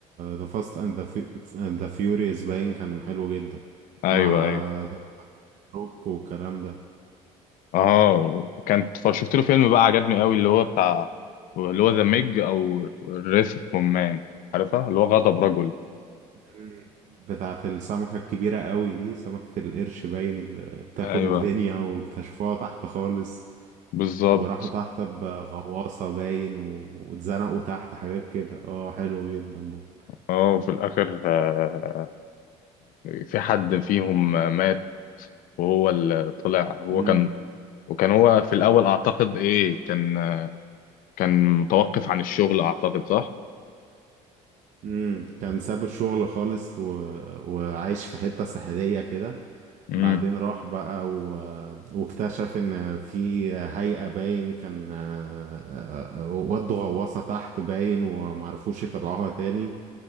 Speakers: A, on the right; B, on the left.
A: ذا فاست اند ذا فيوريوس باين كان حلو جدا
B: ايوه
A: مع
B: ايوه
A: ذا روك والكلام ده
B: اه كانت ف- شفت له فيلم بقى عجبني قوي اللي هو بتاع اللي هو ذا ميج او الريس اوف مومان عارفها اللي هو غضب رجل
A: مم. بتاعة السمكة الكبيرة قوي دي سمكة القرش باين اللي بتاكل
B: ايوه
A: الدنيا واكتشفوها تحت خالص
B: بالظبط
A: وراحوا تحت بغواصة باين و- واتزنقوا تحت حاجات كده اه حلو جدا برضه
B: اه وفي الاخر آه، في حد فيهم مات وهو اللي طلع هو
A: مم.
B: كان وكان هو في الأول أعتقد إيه كان كان متوقف عن الشغل أعتقد صح؟
A: امم كان ساب الشغل خالص و... وعايش في حتة ساحلية كده
B: امم
A: بعدين راح بقى و... واكتشف ان في هيئة باين كان آه، ودوا غواصة تحت باين ومعرفوش يطلعوها تاني